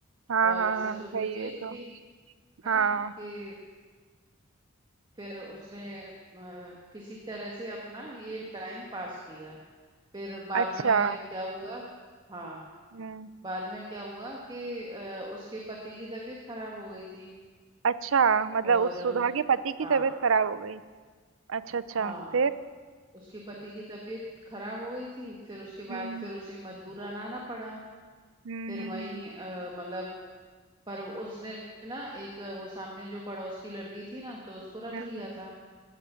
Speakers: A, on the right (about 75°); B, on the right (about 20°).
A: हाँ
B: और
A: हाँ
B: ससुर
A: हाँ सही
B: की बेइज्जती
A: है तो
B: है
A: हाँ
B: ना कि फिर उसने अ, किसी तरह से अपना ये टाइम पास किया फिर बाद
A: अच्छा
B: में क्या हुआ हाँ
A: हम्म
B: बाद में क्या हुआ कि अ, उसके पति की तबीयत खराब हो गई थी
A: अच्छा मतलब
B: और
A: उस
B: अ,
A: सुधा के पति की
B: हाँ
A: तबीयत खराब हो गई अच्छा अच्छा
B: हाँ
A: फिर
B: उसके पति की तबीयत खराब हो गई थी फिर उसके बाद
A: हम्म
B: फिर उसे मजबूरन आना पड़ा
A: हम्म
B: फिर
A: हम्म
B: वहीं अ, मतलब पर उसने ना एक अ, वो सामने जो पड़ोस की लड़की थी ना तो उसको रख
A: हम्म
B: लिया
A: हम्म,
B: था